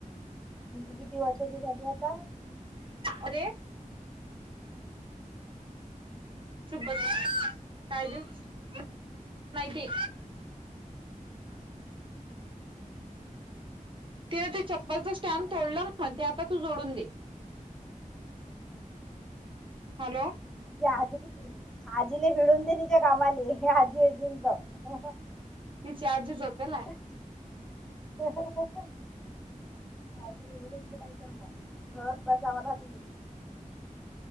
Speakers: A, in the centre; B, on the right.
A: किती किती वर्षाची झाली आता?
B: अरे. चूप बस <inaudible> <unintelligible> नाही ती तिनं ते चप्पलचं स्टँड तोडलं म ते आता तू जोडून दे. हॅलो.
A: <unintelligible> आजीला भिडून दे तिच्या कामानी हे आजी आजी तर
B: तिची आजी झोपेल ना.
A: <inaudible> आजी <unintelligible> नाही तर म <unintelligible> बसा म्हणा तुम्ही?